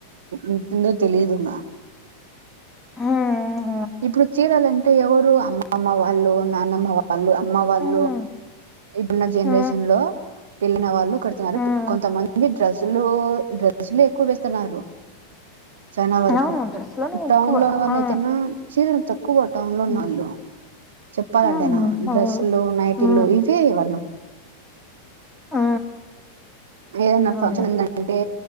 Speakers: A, on the right; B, in the centre.
A: ఉంటుందో తెలిదుంగా
B: హా
A: ఇప్పుడు చీరలుంటే ఎవరు అమ్మ అమ్మవ అల్లు నాన్నమ్మ వాళ్ళు అమ్మ వాళ్ళు
B: ఉమ్
A: ఇప్పుడున్న జనరేషన్
B: ఉమ్
A: లో పళ్లిన వాళ్ళు కడుతున్నారు.
B: ఉమ్ ఉమ్.
A: కొంతమంది డ్రెస్సులు డ్రస్సులు ఎక్కువ వేస్తున్నారు. చాలా వరకు
B: అవును డ్రెస్ లోనే ఎక్కువ
A: టౌన్ లో ఉన్న వాళ్ళు
B: ఆ
A: అయితేనా చీరలు తక్కువ టౌన్ లో ఉన్న
B: ఉమ్
A: వాళ్ళు చెప్పాలంటేనా
B: ఉమ్,
A: డ్రెస్సులు
B: అవును
A: నైటిలు.
B: ఆ
A: వన
B: ఆ
A: ఏదన్న
B: ఆ
A: ఫంక్షన్ంద
B: అవును
A: అంటే